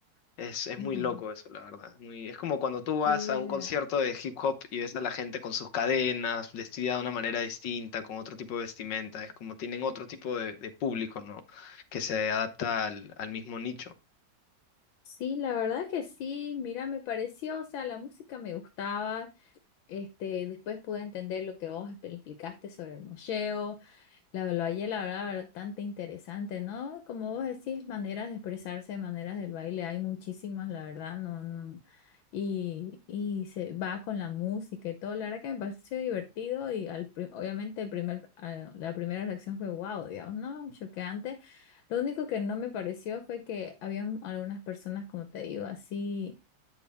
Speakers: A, on the left; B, on the left.
A: Es, es
B: ujú.
A: muy loco eso, la verdad. es Muy, es como cuando tú vas
B: Sí,
A: a un
B: la,
A: concierto de hip hop y ves a la gente con sus cadenas, vestida de una manera distinta, con otro tipo de vestimenta. Es como tienen otro tipo de, de público, ¿no? Que se adapta al, al mismo nicho.
B: sí, la verdad que sí, mira, me pareció, o sea, la música me gustaba, Este, después pude entender lo que vos expl- explicaste sobre el mocheo. La valle la verdad, bastante interesante, ¿no? Como vos decís, maneras de expresarse, maneras del baile, hay muchísimas, la verdad, no, no. Y, y se va con la música y todo. La verdad que me pareció divertido y al, pri- obviamente el primer, a- la primera reacción fue wow, digamos, ¿no? Choqueante. Lo único que no me pareció fue que había algunas personas, como te digo, así.